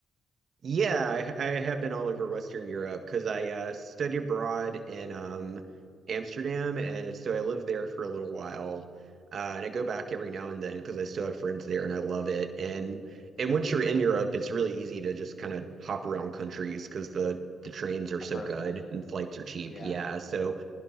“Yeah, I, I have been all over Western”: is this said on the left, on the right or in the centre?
Right